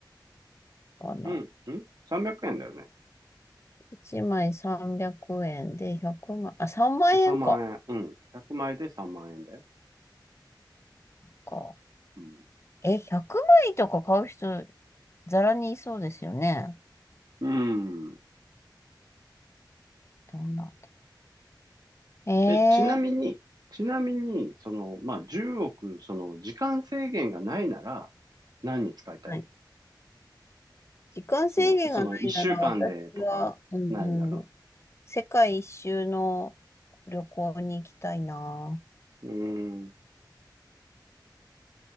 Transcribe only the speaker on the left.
かな。
1枚300円で100枚、あ、3万円か。
か。
え、100枚とか買う人、ざらにいそうですよね。
どんな。ええ
はい。時間制限がないなら、
私は、う
ん、世界一周の旅行に行きたいな。